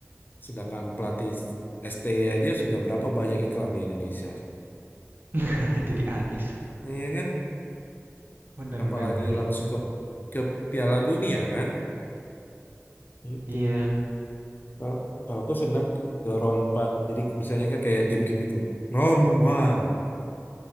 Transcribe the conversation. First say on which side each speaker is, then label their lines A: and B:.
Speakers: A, on the left; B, on the right.
A: Sedangkan pelatih STI aja sudah berapa banyak iklan di Indonesia,
B: <laughs> Jadi artis.
A: iya kan?
B: Bener
A: Apalagi
B: bener bener.
A: langsung ke ke Piala Dunia kan? Itu
B: Iya
A: kalau kalau aku senang ke, ke round 4. Jadi misalnya kan kayak game-game itu, round one